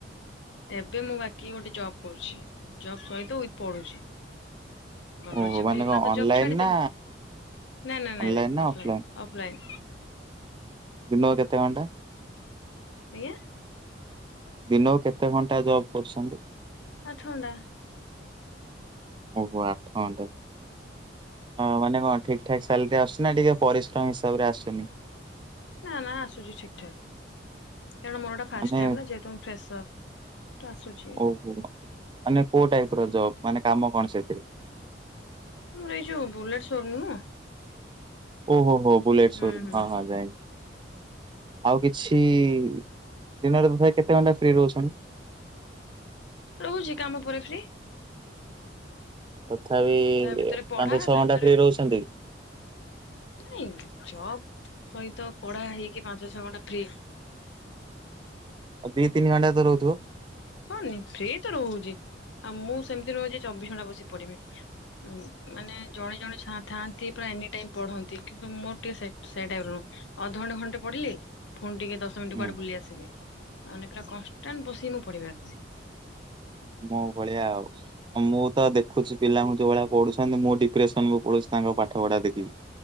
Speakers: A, on the left (about 80°); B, on the right (about 25°).
A: ଏବେ ମୁଁ ବାକି ଗୋଟେ ଜବ୍ କରୁଛି ଜବ୍ ସହିତ ୱିଥ୍ ପଢୁଛି। ଗମେଣ୍ଟ
B: ଓହୋ
A: ଜବ
B: ମାନେ
A: ହେଇଗଲା
B: କଣ
A: ତ
B: ଅନଲାଇନ
A: ଜବ ଛାଡ଼ିଦେବି
B: ନା
A: ନାଇଁ ନାଇଁ ନାଇଁ
B: ଅନଲାଇନ
A: ନାଇଁ
B: ନା
A: ଅଫଲାଇନ୍
B: ଅଫଲାଇନ
A: ଅଫ୍ଲାଇନ୍।
B: ଦିନକୁ କେତେ ଘଣ୍ଟା?
A: ଆଜ୍ଞା?
B: ଦିନକୁ କେତେ ଘଣ୍ଟା ଜବ କରୁଛନ୍ତି?
A: ଆଠ ଘଣ୍ଟା।
B: ଓହୋ ଆଠ ଘଣ୍ଟା। ହଁ ମାନେ କଣ ଠିକ ଠାକ୍ ସାଲେରୀ ଆସୁଚି ନା ଟିକେ ପରିଶ୍ରମ ହିସାବରେ ଆସୁନି?
A: ନା ନା ଆସୁଚି ଠିକ୍ ଠାକ୍। କାରଣ ମୋର ଏଟା ଫାଷ୍ଟ
B: ମାନେ
A: ଟାଇମ୍ ନା ଯେହେତୁ ମୁଁ ଫ୍ରେସର ତ ଆସୁଚି।
B: ଓହୋ ମାନେ କୋଉ ଟାଇପର ଜବ୍ ମାନେ କାମ କଣ ସେଇଥିରେ?
A: ଆମର ଏଇ ଯୋଉ ବୁଲେଟ୍ ସୋରୁୁମ୍ ନୁହଁ
B: ଓହୋ ହୋ ବୁଲେଟ୍
A: ହୁଁ
B: ସୋରୁମ୍
A: ହୁଁ
B: ହଁ ହଁ ଜାଇଁଲି। ଆଉ କିଛି ଦିନରେ ତଥାପି କେତେ ଘଣ୍ଟା ଫ୍ରି ରହୁଛନ୍ତି?
A: ରହୁଚି କାମ ପରେ ଫ୍ରି।
B: ତଥାପି
A: ତା ଭିତରେ
B: ପାଞ୍ଚ
A: ପଢା
B: ଛଅ
A: ତା
B: ଘଣ୍ଟା
A: ଭିତରେ
B: ଫ୍ରି ରହୁଛନ୍ତି କି?
A: ନାଇଁ ଜବ ସହିତ ପଢା ହେଇକି ପାଞ୍ଚ ଛଅ ଘଣ୍ଟା ଫ୍ରି
B: ଆଉ ଦିଇ ତିନି ଘଣ୍ଟା ତ ରହୁଥୁବ।
A: ହଁ ନି ଫ୍ରି ତ ରହୁଚି ଆଉ ମୁଁ ସେମତି ନୁହେଁ ଯିଏ ଚବିଶ ଘଣ୍ଟା ବସିକି ପଢ଼ିବି। ଉଁ ମାନେ ଜଣେ ଜଣେ ଛା ଥାଆନ୍ତି ପୁରା ଏନି ଟାଇମ୍ ପଢ଼ନ୍ତି କିନ୍ତୁ ମୋର ଟିକେ ସେଇ ସେଇ ଟାଇପର ନୁଅଁ ଅଧଘଣ୍ଟେ ଘଣ୍ଟେ ପଢ଼ିଲି ଫୁଣି ଟିକେ ଦଶ ଶ ମିନଟି
B: ହୁଁ।
A: କୁଆଡେ ବୁଲି ଆସିବି ନହେନେ ପୁରା କନଷ୍ଟାଣ୍ଟ ବସିକି ମୁଁ ପଢିପାରନି।
B: ମୋ ଭଳିଆ ଆଉ। ଆଉ ମୁଁ ତ ଦେଖୁଚି ପିଲାଙ୍କୁ ଯୋଉ ଭଳିଆ ପଢୁଛନ୍ତି ମୁଁ ଡିପ୍ରେସନକୁୁ ପଳୋଉଛି ତାଙ୍କ ପାଠ ପଢା ଦେଖିକି।